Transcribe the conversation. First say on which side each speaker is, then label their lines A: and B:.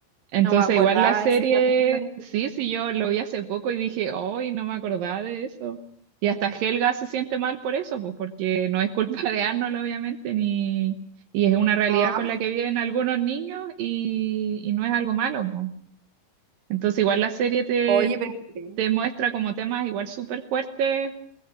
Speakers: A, on the right; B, on the right.
A: Entonces,
B: No me acordaba
A: igual la serie,
B: de ese capítulo. <laughs>
A: sí, sí, yo lo vi hace poco y dije, hoy no me acordaba de eso. Y hasta Helga se siente mal por eso, pues porque no es culpa de Arnold, obviamente, ni... y es una realidad
B: Ah.
A: con la que viven algunos niños y, y no es algo malo, pues. Entonces, igual la serie te,
B: Oye, pero mire,
A: te muestra como temas igual súper fuertes,